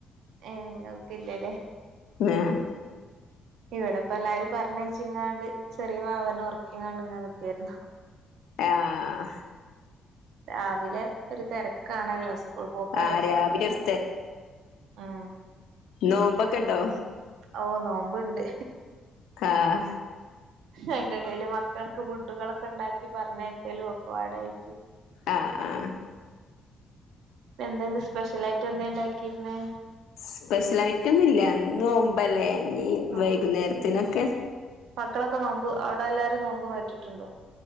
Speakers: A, on the right; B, on the left.
A: ഏഹ് നിങ്ങൾക്ക് ഇല്ലല്ലേ
B: ആഹ്
A: ഇവിടെപ്പ എല്ലാരും പറഞ്ഞയച്ചിങ്ങാണ്ട് ചെറിയ വാവനെ ഒറക്കിങ്ങാണ്ട് ഇങ്ങനെ നിക്കായിരുന്നു.
B: ആഹ്
A: രാവിലെ ഒരു തെരക്കാണല്ലോ സ്കൂൾ പോക്കാരൊക്കെ
B: ആ രാവിലെ
A: ഉണ്ട്ന്നാണ്ട്
B: ഒരു
A: ആഹ്
B: നോമ്പൊക്കെണ്ടോ?
A: ഓഹ് നോമ്പ്ണ്ട്.
B: ആഹ്
A: അയിന്റെ എടേല് മക്കൾക്ക് ഫുഡുകളൊക്കെ ഉണ്ടാക്കി പറഞ്ഞയക്കലും ഒക്കെപാടായിട്ട്.
B: ആഹ് ആഹ്
A: എന്താന്ന് സ്പെഷ്യൽ ആയിട്ട് എന്താ ഉണ്ടാക്കിരുന്നേ
B: സ്പെഷ്യൽ ആയിട്ടൊന്നും ഇല്ല ഇന്ന് നോമ്പല്ലേ ഇനിവൈകുന്നേരത്തിനൊക്കെ
A: അങ്ങനെ മക്കളൊക്കെ നോമ്പ് അവിടെ എല്ലാവാരും നോമ്പ് നോറ്റിട്ടുണ്ടോ?